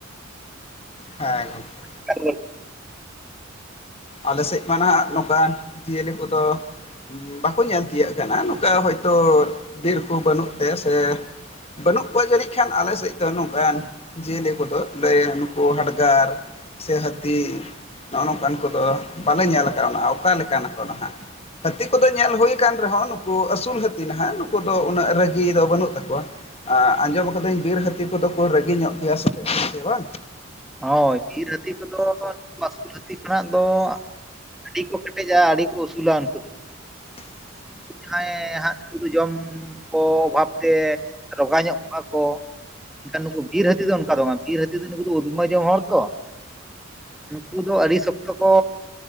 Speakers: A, on the left; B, in the centre.
A: ᱦᱮᱸ ᱜᱚᱢᱠᱮ᱾
B: <unintelligible>
A: ᱟᱞᱮ ᱥᱮᱫ ᱢᱟ ᱱᱟᱦᱟᱜ ᱱᱚᱝᱠᱟᱱ ᱡᱤᱭᱟᱹᱞᱤ ᱠᱚᱫᱚ ᱵᱟᱠᱚ ᱧᱮᱞ ᱛᱤᱭᱳᱜ ᱟᱠᱟᱱᱟ ᱱᱚᱝᱠᱟ ᱦᱚᱭᱛᱳ ᱵᱤᱨ ᱠᱚ ᱵᱟᱹᱱᱩᱜ ᱛᱮ ᱥᱮ ᱵᱟᱹᱱᱩᱜ ᱠᱚᱣᱟ ᱡᱟᱹᱱᱤᱡ ᱠᱷᱟᱱ ᱟᱞᱮ ᱥᱮᱫ ᱫᱚ ᱱᱚᱝᱠᱟᱱ ᱡᱤᱭᱟᱹᱞᱤ ᱠᱚᱫᱚ ᱞᱟᱹᱭ ᱱᱩᱠᱩ ᱦᱟᱰᱜᱟᱨ ᱥᱮ ᱦᱟᱹᱛᱤ ᱱᱚᱜ-ᱚᱭ ᱱᱚᱝᱠᱟᱱ ᱩᱱᱠᱩᱫᱚ ᱵᱟᱞᱮ ᱧᱮᱞ ᱟᱠᱟᱫ ᱟᱱᱟ ᱚᱠᱟᱞᱮᱠᱟᱱ ᱟᱠᱚ ᱱᱟᱦᱟᱜ᱾ ᱦᱟᱹᱛᱤ ᱠᱚᱫᱚ ᱧᱮᱞ ᱦᱩᱭ ᱟᱠᱟᱱ ᱨᱮᱦᱚᱸ ᱱᱩᱠᱩ ᱟᱹᱥᱩᱞ ᱦᱟᱹᱛᱤ ᱱᱟᱦᱟᱜ ᱱᱩᱠᱩ ᱫᱚ ᱩᱱᱟᱹᱜ ᱨᱟᱹᱜᱤ ᱫᱚ ᱵᱟᱹᱱᱩᱜ ᱛᱟᱠᱩᱣᱟ᱾ ᱟᱸᱡᱚᱢ ᱟᱠᱟᱫᱟᱹᱧ ᱵᱤᱨ ᱦᱟᱹᱛᱤ ᱠᱚᱫᱚ ᱠᱚ ᱨᱟᱹᱜᱤ ᱧᱚᱜ ᱜᱮᱭᱟ ᱥᱮ ᱪᱮᱫ ᱵᱟᱝ?
B: ᱦᱳᱭ ᱵᱤᱨ ᱦᱟᱹᱛᱤ ᱠᱚᱫᱚ ᱱᱩᱠᱩ ᱟᱹᱥᱩᱞ ᱦᱟᱹᱛᱤ ᱠᱷᱚᱱᱟᱜ ᱫᱚ ᱟᱹᱰᱤ ᱠᱚ ᱠᱮᱴᱮᱡᱟ ᱟᱹᱰᱤ ᱠᱚ ᱩᱥᱩᱞᱟ ᱩᱱᱠᱩ ᱫᱚ᱾
A: <unintelligible>
B: ᱡᱟᱦᱟᱸᱭ ᱦᱟᱸᱜ ᱱᱩᱠᱩ ᱫᱚ ᱡᱚᱢ ᱠᱚ ᱚᱵᱷᱟᱵ ᱛᱮ ᱨᱚᱜᱟ ᱧᱚᱜ ᱠᱚᱣᱟ ᱠᱚ ᱢᱮᱱᱠᱷᱟᱱ ᱱᱩᱠᱩ ᱵᱤᱨ ᱦᱟᱹᱛᱤ ᱫᱚ ᱚᱱᱠᱟ ᱫᱚ ᱵᱟᱝ ᱵᱤᱨ ᱦᱟᱹᱛᱤ ᱫᱚ ᱱᱩᱠᱩ ᱫᱚ ᱩᱫᱽᱢᱮᱭ ᱡᱚᱢ ᱦᱚᱲ ᱛᱚ᱾ ᱱᱩᱠᱩ ᱫᱚ ᱟᱹᱰᱤ ᱥᱚᱠᱛᱚ ᱠᱚ